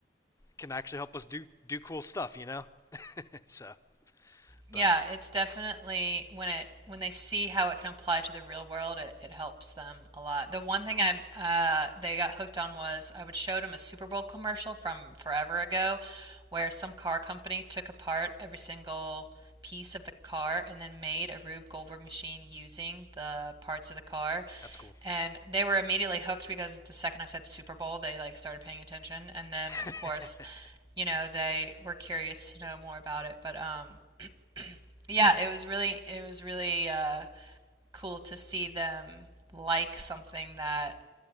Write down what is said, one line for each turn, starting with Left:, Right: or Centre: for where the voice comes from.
Left: can actually help us do do cool stuff, you know. <laughs> so,
Right: Yeah,
Left: but
Right: it's definitely when it when they see how it can apply to the real world, it, it helps them a lot. The one thing I uh, they got hooked on was I would show them a Super Bowl commercial from forever ago, where some car company took apart every single piece of the car and then made a Rube Goldberg machine using the parts of the car.
Left: that's cool.
Right: And they were immediately hooked because the second I said Super Bowl, they like started paying attention. And then,
Left: <laughs>
Right: of course, you know, they were curious to know more about it. But um, yeah, it was really it was really uh, cool to see them like something that